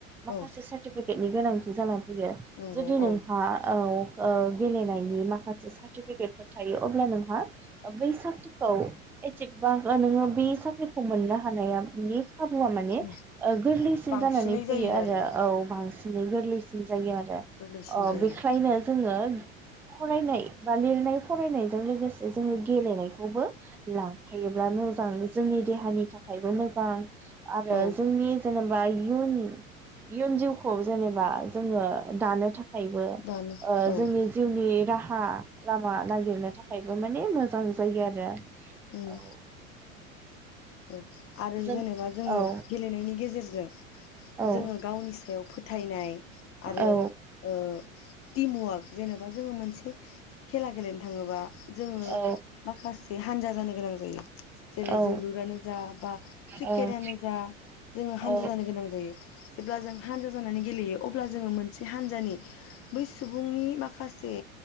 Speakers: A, in the centre; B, on the left (about 35°).
A: माखासे
B: औ
A: सार्टिफिकेट। नि गोनांथि जानानै फैरो
B: नंगौ
A: जुदि नोंहा
B: औ
A: औ। ओ गेलेनाय नि माखासे सार्टिफिकेटफोर थायो अब्ला नोंहा बै साख्रिखौ <unintelligible> नोङो बे साख्रिखौ मोननो हानाया नोंनि खाबुआ माने
B: उम
A: ओ गोरलैसिन
B: बांसिनै
A: जानानै फैयो
B: जायो
A: आरो
B: आरोना
A: औ बांसिनै गोरलैसिन जायो आरो
B: गोरलैसिन
A: अ
B: जायो
A: बेखायनो जोङो फरायनाय बा लिरनाय फरायनायजों लोगोस जोङो गेलेनायखौबो लांफायोब्ला मोजां जोंनि देहानि थाखायबो मोजां। आरो
B: औ
A: जोंनि जोनोम बा इयुन इयुन जिउखौ जेनेबा जोङो दानो थाखा खायबो
B: दानो
A: ओ
B: औ
A: जोंनि नि राहा लामा नागिरनो थाखायबो माने मोजां जायो आरो।
B: उम।
A: औ
B: औ आरो
A: जों
B: जेनेबा जोङो
A: औ
B: गेलेनायनि गेजेरजों
A: औ
B: जोङो गावनि सायाव फोथायनाय आरो
A: औ
B: ओ। <unintelligible> टिम वार्क जेनेबा जोङो मोनसे खेला गेलेनो थाङोबा जोङो
A: औ
B: माखासे हानजा जानो गोनां जायो। जेरै
A: औ
B: जोलुर नो जा बा क्रिकेटनो
A: औ
B: जा जोङो हानजा
A: औ
B: जानो गोनां जायो जेब्ला जों हानजा जानानै गेलेयो अब्ला जो मोनसे हानजाानि <inaudible> बै सुबुंनि माखासे से